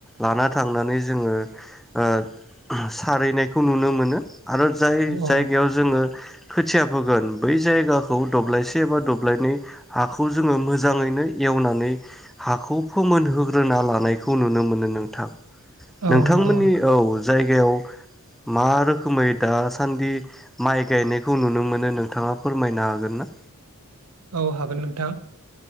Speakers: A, in the centre; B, on the right.
A: लाना थांनानै जोङो ओ सारैनायखौ नुनो मोनो आरो जाय
B: औ
A: जायगायाव जोङो खोथिया फोगोन बै जायगाखौ दब्लायसे एबा दब्लायनै हाखौ जोङो मोजाङैनो एवनानै हाखौ फोमोनहोग्रोना लानायखौ नुनो मोनो नोंथां।
B: औ
A: नोंथांमोननि
B: नंगौ
A: औ जायगायाव मा रोखोमै दासान्दि माइ गायनायखौ नुनो मोनो नोंथाङा फोरमायनो हागोन ना?
B: औ हागोन नोंथां